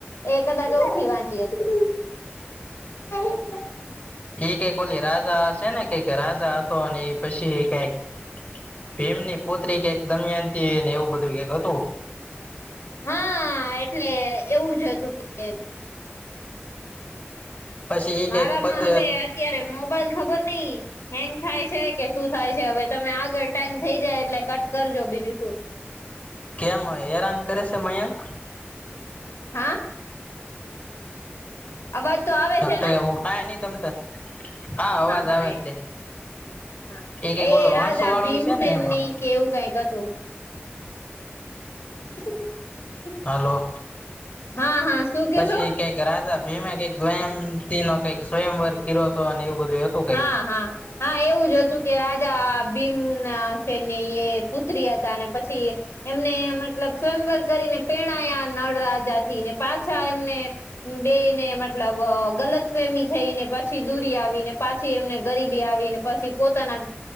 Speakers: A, on the left; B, on the left.
A: એ કદાચ ઓછી વાંચી હશે <unintelligible>
B: એ કૈંક ઓલી રાજા હશે ને કૈંક રાજા હતો અને એ પછી ઐ કૈંક ભીમની પુત્રી કંઈક દમયંતી ને એવું બધું કંઈક હતું
A: હા એટલે એવું જ હતું કે
B: પછી એ
A: મારામાં
B: કઈક પત
A: હવે અત્યારે મોબાઈલ ખબર નઈ હેંગ થાય છે કે શું થાય છે? હવે તમે આગળ ટાઈમ થઈ જાય એટલે કટ કરજો બીજું શું?
B: કેમ હેરાન કરે છે મયંક?
A: હા અવાજ તો આવે
B: હા
A: છે
B: તો
A: ને
B: એવું કાય ન‌ઈ તમતારે. હા અવાજ
A: હા
B: આવે
A: એ
B: છે.
A: હા
B: કઈક
A: એ
B: ઓલો
A: રાજા
B: હંસો વાળો
A: ભીમસેનની
B: છે ને એમાં
A: કેવું કાઈક હતું <unintelligible>
B: હલો
A: હા હા શું કે
B: પછી
A: છો
B: કંઈક રાજા ભીમે ક‌ઈંક એમ એનો કંઈક સ્વયંવર કયરોતો અને એવું બધુંય હતું કઈક
A: હા હા હા એવું જ હતું કે રાજા ભીમના સેનની એ પુત્રી હતા અને પછી એમને મતલબ સ્વયંવર કરીને પયણાયા નળ રાજાથી ને પાછા એમને બેય ને મતલબ ગલતફેમી થઈને પછી દૂરી આવીને પાછી એમને ગરીબી આવીને પછી પોતાના